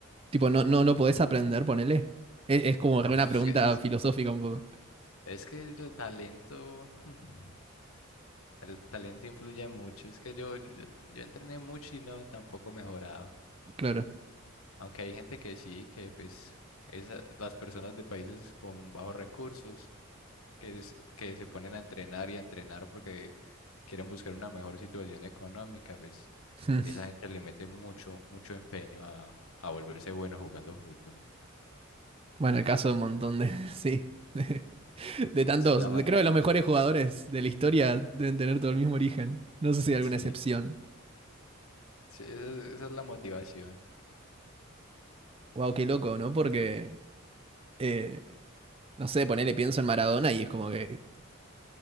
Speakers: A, on the right; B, on the left.
A: Tipo, no, no, no podés aprender, ponele. Es, es como
B: <laughs>
A: re
B: Uf,
A: una
B: es
A: pregunta
B: que, es,
A: filosófica un poco.
B: es que el talento, <laughs> hmm, el talento influye mucho. Es que yo, yo, yo entrené mucho y no, tampoco mejoraba.
A: Claro.
B: Aunque hay gente que sí, que pues esa- las personas de países con bajos recursos que, es- que se ponen a entrenar y a entrenar porque quieren buscar una mejor situación económica, pues
A: Hmm.
B: esa gente le mete mucho, mucho empeño a, a volverse bueno jugando fútbol.
A: Bueno, el caso de un montón de... <laughs> Sí. <laughs> De tantos,
B: Sí, la
A: de-
B: may-
A: creo que los mejores jugadores de la historia deben tener todo el mismo origen. No sé si hay alguna
B: sí,
A: excepción.
B: sí, esa, es esa es la motivación.
A: Wow, qué loco, ¿no? Porque, eh, no sé, ponele pienso en Maradona y es como que...